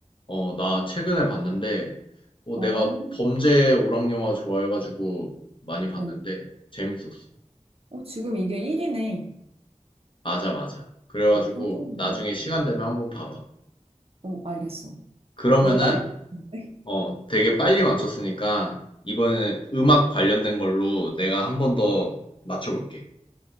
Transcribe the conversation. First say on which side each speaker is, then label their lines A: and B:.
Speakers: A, on the left; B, on the right.
A: 어, 나 최근에 봤는데, 어,
B: 어,
A: 내가 범죄 오락 영화 좋아해가지고 많이 봤는데
B: 어.
A: 재밌었어.
B: 어, 지금 이게 1위네.
A: 맞아, 맞아. 그래가지고
B: 평점이
A: 나중에
B: 괜찮네.
A: 시간 되면 한번 봐봐.
B: 어, 알겠어.
A: 그러면은,
B: 너무 빨리 봤는데? <laughs>
A: 어, 되게 빨리 맞췄으니까 이번에 음악 관련된 걸로 내가 한 번 더 맞춰볼게.